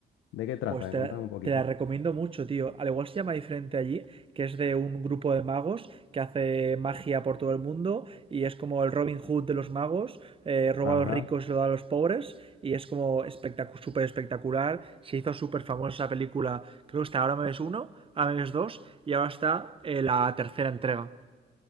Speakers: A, on the left; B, on the right.
A: ¿De qué trata?
B: Pues te,
A: Contame
B: la
A: un poquito.
B: te la recomiendo mucho, tío. Al igual se llama diferente allí, que es de un grupo de magos que hace magia por todo el mundo y es como el Robin Hood de los magos, eh, roba
A: Ajá.
B: a los ricos y lo da a los pobres y es como espectacu- súper espectacular. Se hizo súper famosa esa película. Creo que está Ahora me ves uno, Ahora me ves dos y ahora está eh, la tercera entrega.